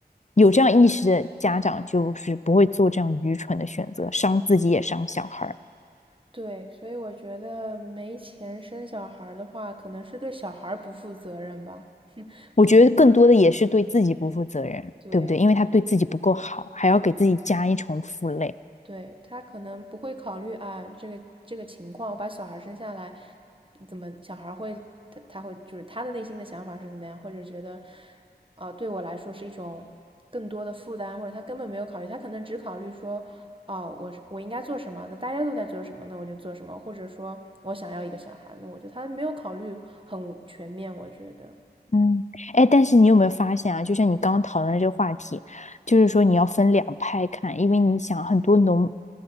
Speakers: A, on the left; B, on the right.
A: 有这样意识的家长，就是不会做这样愚蠢的选择，伤自己也伤小孩儿。
B: 对，所以我觉得没钱生小孩儿的话，可能是对小孩儿不负责任吧。
A: 我觉得更多的也是对自己不负责任，
B: 不，对。
A: 对不对？因为他对自己不够好，还要给自己加一重负累。
B: 对，他可能不会考虑啊，这个这个情况，我把小孩生下来，怎么小孩会他他会就是他的内心的想法是怎么样，或者觉得，啊、对我来说是一种更多的负担，或者他根本没有考虑，他可能只考虑说，哦，我是我应该做什么，那大家都在做什么，那我就做什么，或者说我想要一个小孩那我就他没有考虑很全面，我觉得，
A: 嗯，哎，但是你有没有发现啊？就像你刚刚讨论的这个话题，就是说你要分两派看，因为你想很多农，